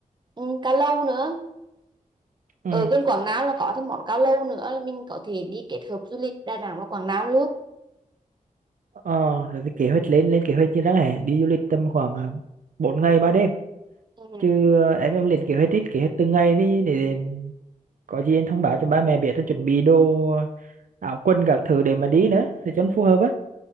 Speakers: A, on the right; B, on the right.
A: ừ, cá lâu nữa
B: Ừ.
A: ở bên Quảng Nam là có thêm món cá lâu nữa là mình có thể đi kết hợp du lịch Đà Nẵng và Quảng Nam luôn
B: Ờ, rồi thì kế hoạch lên lên kế hoạch như đáng hè đi du lịch tầm khoảng à, 4 ngày ba đêm
A: ừ.
B: chứ à, em em lên kế hoạch đi kế hoạch từng ngày đi để, để có gì em thông báo cho ba mẹ biết rồi chuẩn bị đồ à, áo quần các thứ để mà đi nữa để cho nó phù hợp á